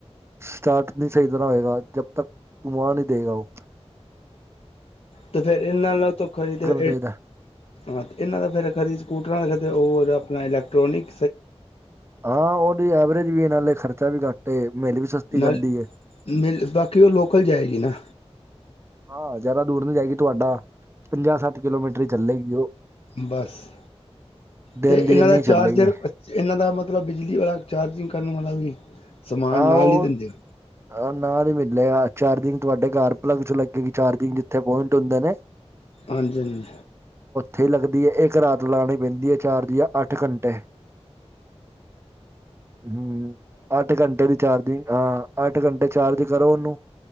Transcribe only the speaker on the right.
ਸਟਾਰਟ ਨਹੀਂ ਸਹੀ ਤਰ੍ਹਾਂ ਹੋਏਗਾ ਜਬ ਤੱਕ ਧੂਆਂ ਨਹੀਂ ਦੇਗਾ ਉ।
ਚਾਹੀਦਾ
ਹਾਂ ਉਹਦੀ ਐਵਰੇਜ ਵੀ ਨਾਲੇ ਖਰਚਾ ਵੀ ਘੱਟ ਏ। ਮਿਲ ਵੀ ਸਸਤੀ
ਜਾਂਦੀ ਹੈ
ਹਾਂ ਜਾਦਾ ਦੂਰ ਨਹੀਂ ਜਾਏਗੀ ਤੁਹਾਡਾ ਪੰਜਾਹ, ਸੱਠ ਕਿਲੋਮੀਟਰ ਚੱਲੇਗੀ ਉਹ।
ਦਿਨ
ਦੀ
ਇੰਨੀ
ਚੱਲੇਗੀ
ਹਾਂ
ਉਹ
ਨਾਲ ਹੀ ਮਿਲੇਗਾ ਚਾਰਜਿੰਗ ਤੁਹਾਡੇ ਘਰ ਪਲੱਗ ਚ ਲੱਗੇਗੀ ਚਾਰਜਿੰਗ ਜਿੱਥੇ ਪੁਆਇੰਟ ਹੁੰਦੇ ਨੇ।
ਥੇ ਲੱਗਦੀ ਹੈ ਇੱਕ ਰਾਤ ਲਾਉਣੀ ਪੈਂਦੀ ਏ ਚਾਰ ਯਾ ਅੱਠ ਘੰਟੇ। ਹ ਅੱਠ ਘੰਟੇ ਦੀ ਚਾਰਜਿੰਗ, ਹਾਂ। ਅੱਠ ਘੰਟੇ ਚਾਰਜ ਕਰੋ ਉਹਨੂੰ